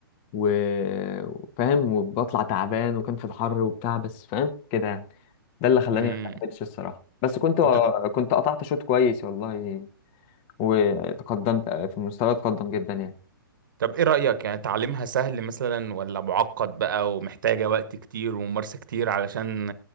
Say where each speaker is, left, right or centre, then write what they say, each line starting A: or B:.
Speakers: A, on the left; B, on the right.
A: و- وفاهم وبطلع تعبان وكان في الحر وبتاع بس فاهم كده يعني ده اللي خلاني
B: امم
A: ما كملتش الصراحة بس كنت
B: كنت ب-
A: كنت قطعت شوط كويس والله وتقدمت في المستوى اتقدم جدا يعني
B: طب ايه رايك يعني تعليمها سهل مثلا ولا معقد بقى ومحتاجه وقت كتير وممارسه كتير علشان